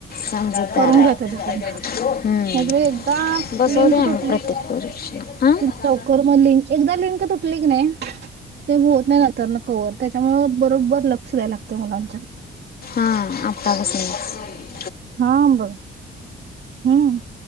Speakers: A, on the left; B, on the right.
A: समजूतदार
B: करून
A: आहे
B: घ्या त्याच्या नाहीतर
A: हम्म.
B: एकदा
A: बसवते
B: लिंक
A: आम्ही
B: तुटली
A: प्रत्येक
B: की नाई
A: परीक्षा हां
B: लवकर म लिंक एकदा लिंक तुटली की नाई ते होत नाही नंतर न कवर त्याच्यामुळे बरोबर ल लक्ष द्याला लागतं मुलांच्या
A: हां आपका का स <inaudible>
B: हा बघ, हम्म.